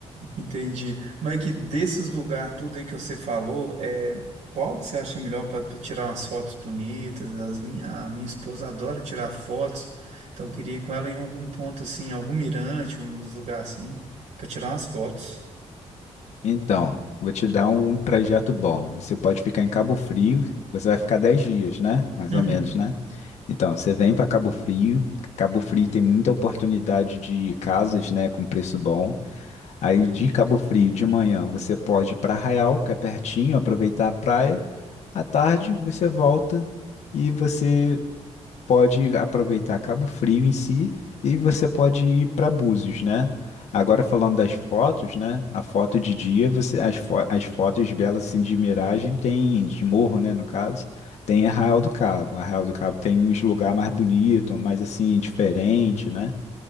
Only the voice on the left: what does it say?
Então, vou te dar um trajeto bom. Você pode ficar em Cabo Frio, você vai ficar 10 dias, né? Mais
ou menos, né? Então, você vem para Cabo Frio. Cabo Frio tem muita oportunidade de casas, né, com preço bom. Aí de Cabo Frio, de manhã, você pode ir para Arraial, que é pertinho, aproveitar a praia. À tarde, você volta e você pode aproveitar Cabo Frio em si e você pode ir para Búzios, né? Agora falando das fotos, né? A foto de dia, você as, fo- as fotos belas assim de miragem tem de morro, né, no caso, tem Arraial do Cabo. Arraial do Cabo tem uns lugar mais bonito, mais assim diferente, né?